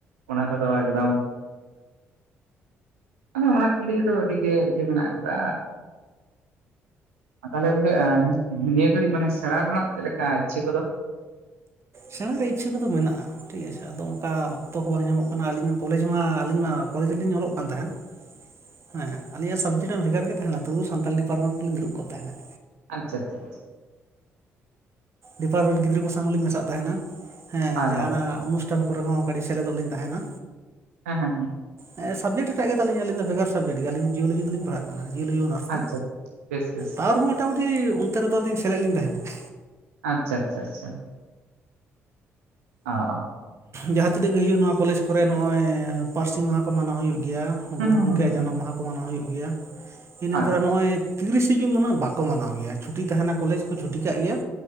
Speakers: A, on the right; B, on the right.
A: ᱚᱱᱟ ᱠᱚᱫᱚ ᱮᱠᱫᱚᱢ, ᱢᱟᱱᱮ ᱚᱱᱟ ᱠᱚᱞᱤᱭ ᱫᱚ, ᱟᱹᱰᱤᱜᱮ ᱤᱭᱟᱹ ᱢᱮᱱᱟᱜ ᱠᱟᱫᱟ᱾ ᱛᱟᱦᱞᱮ ᱜᱚᱝᱠᱮ ᱱᱤᱭᱟᱹ ᱜᱷᱟᱹᱲᱤᱡ ᱢᱟᱱᱮ ᱥᱮᱬᱟ, ᱨᱮᱱᱟᱜ ᱪᱮᱫ ᱞᱮᱠᱟ ᱤᱪᱪᱷᱟᱹ ᱠᱚᱫᱚ?
B: ᱥᱮᱬᱟ ᱨᱮᱭᱟᱜ ᱤᱪᱪᱷᱟᱹ ᱠᱚᱫᱚ ᱢᱮᱱᱟᱜᱼᱟ᱾ ᱴᱷᱤᱠ ᱟᱪᱪᱷᱮ ᱟᱫᱚ, ᱚᱝᱠᱟ ᱚᱠᱛᱚ ᱠᱚ ᱵᱟᱝ ᱧᱟᱢᱚᱜ ᱠᱟᱱᱟ, ᱟᱹᱞᱤᱧ ᱢᱟ ᱠᱚᱞᱮᱡᱽ ᱢᱟ ᱟᱹᱞᱤᱧ ᱢᱟ, ᱠᱚᱞᱮᱡᱽ ᱨᱮᱞᱤᱧ ᱚᱞᱚᱜ ᱠᱟᱱ ᱛᱟᱦᱮᱸᱱ᱾ ᱦᱮᱸ ᱟᱞᱤᱧᱟᱜ ᱥᱟᱵᱡᱮᱠᱴ ᱵᱷᱮᱜᱟᱨ ᱜᱮ ᱛᱟᱦᱮᱸᱱᱟ, ᱛᱚᱵᱩ ᱥᱟᱱᱛᱟᱞᱤ ᱰᱤᱯᱟᱨᱴᱢᱮᱱᱴ ᱠᱚᱞᱤᱧ ᱫᱩᱲᱩᱵ ᱠᱚᱜ ᱛᱟᱦᱮᱱᱟ᱾
A: ᱟᱪᱪᱷᱟ, ᱟᱪᱷᱟᱷᱟ᱾
B: ᱰᱤᱯᱟᱨᱢᱮᱱᱴ ᱜᱤᱫᱽᱨᱟᱹ ᱠᱚ ᱥᱟᱝ ᱦᱚ ᱞᱤᱧ ᱢᱮᱥᱟᱜ ᱛᱟᱦᱮᱸᱱᱟ, ᱦᱮᱸ
A: ᱦᱳᱭ
B: ᱡᱟᱦᱟᱱᱟᱜ
A: ᱦᱳᱭ
B: ᱚᱱᱩᱥ ᱴᱟᱹᱱ ᱠᱚᱨᱮ ᱦᱚᱸ, ᱠᱟᱹᱴᱤᱡ ᱥᱮᱞᱮ ᱫᱚᱜ ᱞᱤᱧ ᱛᱟᱦᱮᱸᱱᱟ᱾
A: ᱦᱮᱸ, ᱦᱮᱸ, ᱦᱮᱸ᱾
B: ᱮ ᱥᱟᱵᱡᱮᱴ ᱮᱴᱟᱜ ᱜᱮ ᱛᱟᱞᱤᱧᱟ, ᱟᱹᱞᱤᱧ ᱫᱚ ᱵᱷᱮᱜᱟᱨ ᱥᱟᱵᱡᱮᱠᱴ ᱜᱮ ᱟᱞᱤᱧ ᱫᱚ, ᱡᱤᱭᱞᱚᱡᱤ ᱛᱮᱞᱤᱧ ᱯᱟᱲᱟᱜ ᱜᱮ ᱡᱤᱭᱟᱹᱞᱚᱡᱤ ᱚᱱᱟᱨᱥ
A: ᱟᱪᱪᱷᱟ
B: ᱛᱮ,
A: ᱟᱪᱪᱷᱟ ᱵᱮᱥ ᱵᱮᱥ
B: ᱛᱟᱣᱨᱮᱦᱚᱸ ᱢᱚᱴᱟᱢᱩᱴᱤ ᱚᱱᱛᱮ ᱨᱮᱫᱚ, ᱟᱹᱞᱤᱧ ᱥᱮᱞᱮᱫ ᱞᱤᱧ ᱛᱟᱦᱮᱸᱱᱟ᱾
A: ᱟᱪᱪᱷᱟ, ᱟᱪᱪᱷᱟ, ᱟᱪᱪᱷᱟ᱾ ᱚᱸ
B: ᱡᱟᱦᱟᱸ ᱛᱤᱱᱟᱹᱜ ᱜᱮ ᱦᱩᱭᱩᱜ, ᱱᱚᱣᱟ ᱠᱚᱞᱮᱡᱽ ᱠᱚᱨᱮ, ᱱᱚᱜᱼᱚᱭ ᱯᱟᱹᱨᱥᱤ ᱢᱟᱦᱟ ᱠᱚ, ᱢᱟᱱᱟᱣ ᱦᱩᱭᱩᱜ ᱜᱮᱭᱟ ᱜᱩᱨᱩ
A: ᱦᱩᱸ ᱦᱩᱸ
B: ᱜᱚᱢᱠᱮᱭᱟᱜ
A: ᱦᱩᱸ ᱦᱩᱸ
B: ᱡᱟᱱᱟᱢ ᱢᱟᱦᱟ ᱠᱚ᱾ ᱠᱚ ᱢᱟᱱᱟᱣ ᱦᱳᱭᱳᱜ ᱜᱮᱭᱟ, ᱤᱱᱟᱹ
A: ᱦᱳᱭ
B: ᱯᱚᱨᱮ ᱱᱚᱜᱼᱚᱭ ᱛᱤᱨᱤᱥᱮ ᱡᱩᱱ ᱫᱚ ᱦᱟᱸᱜ ᱵᱟᱠᱚ ᱢᱟᱱᱟᱣ ᱜᱮᱭᱟ, ᱪᱷᱩᱴᱤ ᱛᱟᱦᱮᱱᱟ ᱠᱚᱞᱮᱡᱽ ᱠᱚ, ᱪᱷᱩᱴᱤ ᱠᱟᱜ ᱜᱮᱭᱟ